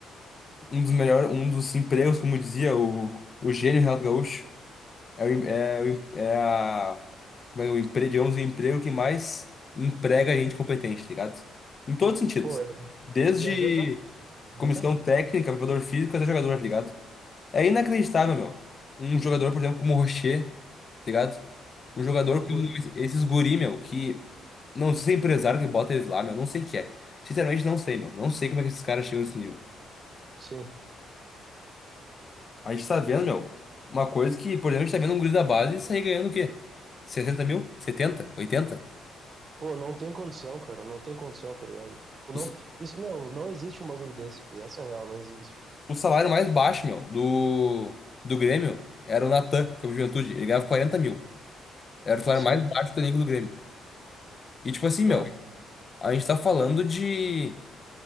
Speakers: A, on the left; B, on the right.
A: um dos melhores, um dos empregos, como dizia o, o gênio Renato Gaúcho. É, o, em- é, o em- é a. Como é o emprego, digamos, o emprego que mais emprega gente competente, tá ligado? Em todos os sentidos.
B: Pô, é-
A: Desde
B: e é verdade, é
A: comissão
B: verdade.
A: técnica, preparador físico até jogador, tá ligado? É inacreditável, meu. Um jogador, por exemplo, como o Rocher, tá ligado? Um jogador
B: Loucura,
A: com esses guri, meu, que. Não sei se é empresário que bota eles lá, meu. Não sei o que é. Sinceramente, não sei, meu. Não sei como é que esses caras chegam nesse nível.
B: sim.
A: A gente tá vendo, meu, uma coisa que, por exemplo, a gente tá vendo um guri da base sair ganhando o quê? Sessenta mil? 70, oitenta.
B: Pô, não tem condição, cara. Não tem condição, tá ligado? Tipo, não.
A: O, s-
B: Isso, meu, não existe um bagulho desse. filho. Essa é a real, não existe.
A: o salário mais baixo, meu, do, do Grêmio era o Natan, que foi pro Juventude. Ele ganhava 40 mil. Era o salário
B: Sim,
A: mais baixo do elenco do Grêmio. E, tipo assim,
B: tá.
A: meu, a gente tá falando de.